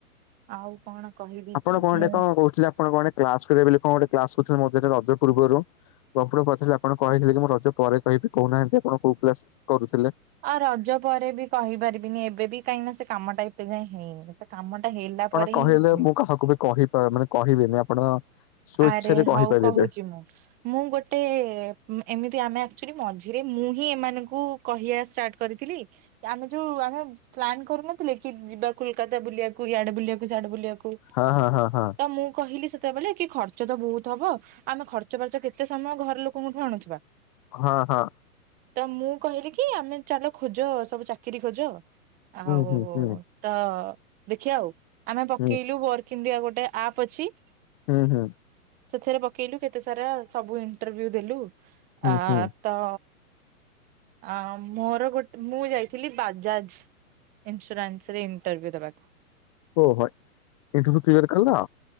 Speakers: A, on the right; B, on the left.
A: ଆଉ କଣ? କହିବି
B: ଆପଣ କ
A: ମୁଁ
B: ଡେ କ କହୁଥିଲେ ଆପଣ କ ଗୋଟେ କ୍ଲାସ କରିବେ ବୋଲି କ ଗୋଟ କ୍ଲାସ କୁରୁଥିଲେ ମଝିରେ ରଜ ପୂର୍ବରୁ? ପଫୁଲ ପଚାରିଲା ଆପଣ କହିଥିଲେ କି ମୁଁ ରଜ ପରେ କହିବି କହୁନାହାନ୍ତି ଆପଣ କୋଉ କ୍ଲାସ କରୁଥିଲେ?
A: ଆ ରଜ ପରେ ବି କହିପାରିବିନି ଏବେ ବି କାହିଁନା ସେ କାମ ଟା ଏବେେ ଯାଏ ହେଇନି। ସେ କାମଟା ହେଲା।
B: ଆପଣ
A: ପରେ
B: କହିଲେ
A: ହିଁ କୁହେ
B: ମୁଁ କାହାକୁ ବି କହି ବା ମାନେ କହିବିନି ଆପଣ ସ୍ୱଇଚ୍ଛାରେ
A: ଆରେ
B: କହିପାରିବେ
A: ହଉ କହୁଛି ମୁଁ। ମୁଁ ଗୋଟେ ଉ ଏମିତି ଆମେ ଅକ୍ଚୁଲି ମଝିରେ ମୁଁ ହିଁ ଏମାନଙ୍କୁ କହିବା ଷ୍ଟାର୍ଟ କରିଥିଲି। ୟାମେ ଯୋଉ ଆମେ ପ୍ଲାନ୍ କରୁନଥିଲେ କି ଯିବା କୋଲ୍କାତା ବୁଲିବାକୁ ୟାଡେ ବୁଲିବାକୁ ସ୍ୟାଡେ ବୁଲିବାକୁ।
B: ହଁ ହଁ ହଁ ହଁ।
A: ହଁ ମୁଁ କହିଲି ସେତେବେଲେ କି ଖର୍ଚ୍ଚ ତ ବହୁତ ହବ ଆମେ ଖର୍ଚ୍ଚା ବାର୍ଚ୍ଚ କେତେ ସମୟ ଘର ଲୋକଙ୍କଠୁ ଆଣୁଥିବା।
B: ହଁ ହଁ।
A: ତ ମୁଁ କହିଲି କି ଆମେ ଚାଲ ଖୋଜ ସବୁ ଚାକିରି ଖୋଜ। ଆଉ
B: ହୁଁ ହୁଁ ହୁଁ
A: ତ ଦେଖିଆ ଆଉ ଆମେ ପକେଇଲୁ
B: ହୁଁ
A: ବର କିଣ୍ଡିଆ ଗୋଟେ ଆପ୍ ଅଛି।
B: ହୁଁ ହୁଁ।
A: ସେଥିରେ ପକେଇଲୁ କେତେ ସାରା ସବୁ ଇଣ୍ଟରଭି୍ୟୁ ଦେଲୁ
B: ହୁଁ
A: ଆ
B: ହୁଁ
A: ତ ଆ ମୋର ଗୋଟେ ମୁଁ ଯାଇଥିଲି ବାଜାଜ୍‌ ଇନସ୍ଵରାନସ୍ ରେ ଇଣ୍ଟ୍ରୋଭ ଦେବାକୁ।
B: ଓ ହ ଏଣ୍ଟରଭ କ୍ଲିୟର କଲ।